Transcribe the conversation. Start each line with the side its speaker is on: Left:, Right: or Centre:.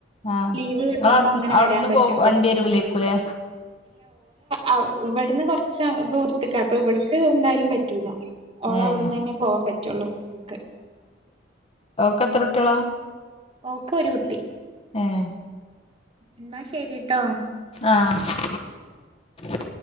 Left: ആഹ്
Right: ലീവ് കിട്ടുമ്പോ അങ്ങനെ
Left: ഇങ്ങളവിടുന്ന്
Right: വരാൻ പറ്റുള്ളൂ
Left: വൗ വണ്ടി വരൂലേക്കുംല്ലേ
Right: ഔ ഇവിടുന്ന് കുറച്ച് ദൂരത്ക്ക ട്ടോ ഇവിടക്ക് എന്തായാലും പറ്റ <unintelligible> ഓള
Left: ഏഹ്
Right: അവിടുന്ന് തന്നെ പോവാൻ പറ്റുള്ളൂ സ്കൂൾക്ക്
Left: ഓക്കെത്ര കുട്ടിള
Right: ഓക്ക് ഒരു കുട്ടി
Left: ഉം
Right: എന്നാ ശരിട്ടോ
Left: ആഹ് <inaudible>